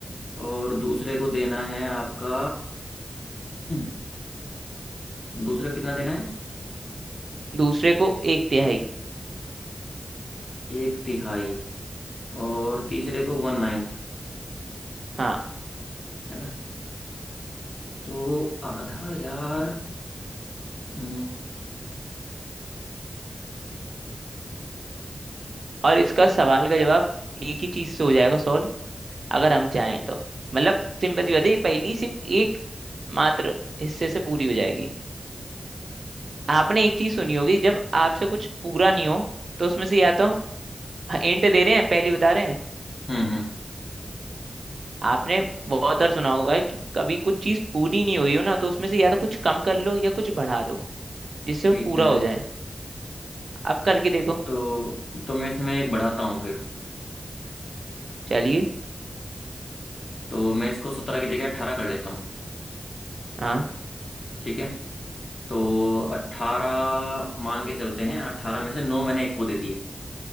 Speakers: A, on the left (about 55°); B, on the right (about 70°).
A: और दूसरे को देना है आपका हम्म, दूसरे को कितना देना है
B: दूसरे को एक तिहाई
A: एक तिहाई और तीसरे को वन नाइन्थ
B: हाँ
A: है ना तो आधा यार हम्म
B: और इसका सवाल का जवाब एक ही चीज से हो जाएगा सॉल्व अगर हम चाहें तो मतलब सिंपल सी बात है ये पहेली सिर्फ एक मात्र हिस्से से पूरी हो जाएगी आपने एक चीज सुनी होगी जब आपसे कुछ पूरा नहीं हो तो उसमें से या तो इंट दे रहे हैं पहली बता रहे हैं
A: हम्म हम्म,
B: आपने बहुत बार सुना होगा कि कभी कुछ चीज पूरी नहीं हो रही हो ना तो उसमें से या तो कुछ कम कर लो या कुछ बढ़ा लो जिससे
A: ठीक
B: वो पूरा
A: है
B: हो जाए आप करके देखो
A: तो तो मैं इसमें एक बढ़ाता हूँ फिर
B: चलिए
A: तो मैं इसको सत्रह की जगह अट्ठारह कर लेता हूँ
B: हाँ
A: ठीक है तो अट्ठारह मान के चलते हैं अट्ठारह में से नौ मैंने एक को दे दिए